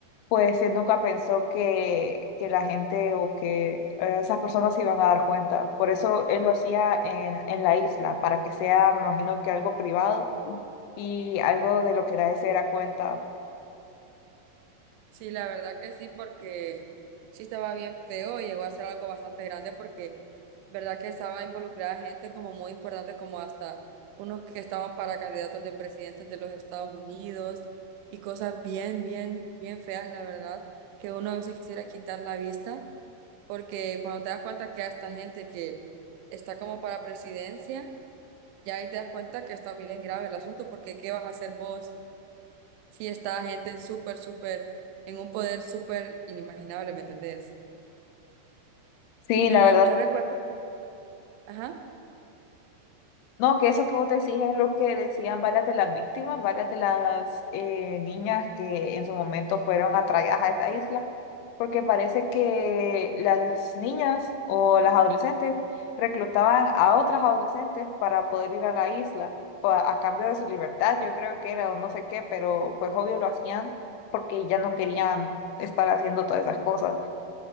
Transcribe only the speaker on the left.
pues él nunca pensó que, que la gente o que eh, esas personas se iban a dar cuenta. Por eso él lo hacía en, en la isla, para que sea, me imagino que algo privado y algo de lo que nadie se diera cuenta.
Sí,
la verdad.
No, que eso que vos decís es lo que decían varias de las víctimas, varias de las eh, niñas que en su momento fueron atraídas a esa isla, porque parece que las niñas o las adolescentes reclutaban a otras adolescentes para poder ir a la isla, pa- a cambio de su libertad, yo creo que era o no sé qué, pero pues obvio lo hacían porque ya no querían estar haciendo todas esas cosas.